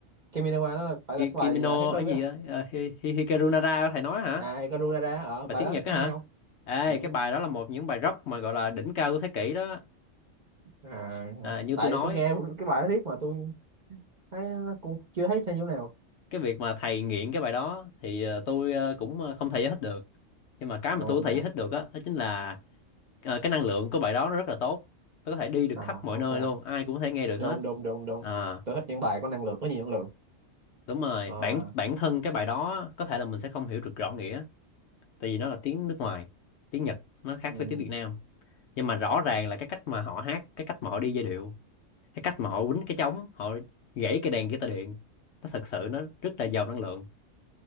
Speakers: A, on the right (about 40°); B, on the left (about 65°).
A: Kiminawa nó là, phải là
B: Ki-
A: cái
B: Kimino
A: bài à, tháng tư
B: ở gì
A: á
B: đó à, Hi, Hi, Hikaru Nara thầy nói hả
A: à Ikaruda ở
B: bài
A: bài
B: tiếng
A: đó
B: Nhật á
A: hay
B: hả
A: không
B: ê
A: ừ.
B: cái bài đó là một những bài rock mà gọi là đỉnh cao của thế kỷ đó
A: à
B: à,
A: à,
B: như
A: tại
B: tôi nói
A: tôi nghe cái bài đó riết mà tôi thấy nó cũng chưa thấy sao nhiêu nào
B: cái việc mà thầy nghiện cái bài đó thì ờ, tôi ờ, cũng ờ, không thể giải thích được nhưng mà cái
A: à
B: mà tôi có
A: dạ
B: thể giải thích được á đó, chính là ờ, cái năng lượng của bài đó nó rất là tốt tôi có thể đi được
A: à
B: khắp mọi
A: ok
B: nơi luôn ai cũng có thể nghe được
A: đúng
B: hết
A: đúng đúng đúng
B: à
A: tôi thích những bài có năng lượng có nhiều năng lượng
B: đúng rồi
A: à
B: bản bản thân cái bài đó á, có thể là mình sẽ không hiểu được rõ nghĩa tại vì nó là tiếng nước ngoài tiếng Nhật nó khác
A: ừ.
B: với tiếng Việt Nam nhưng mà rõ ràng là cái cách mà họ hát cái cách mà họ đi giai điệu cái cách mà họ quýnh cái trống họ gãy cái đàn guitar điện nó thật sự nó rất là giàu năng lượng